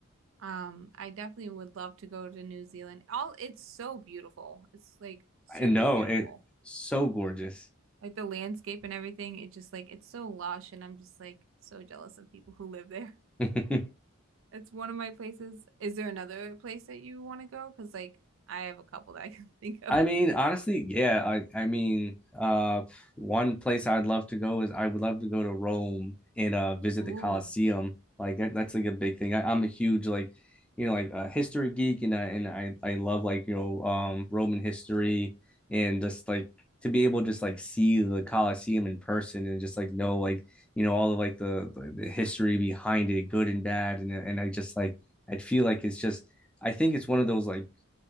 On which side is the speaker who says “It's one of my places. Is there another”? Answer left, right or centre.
Right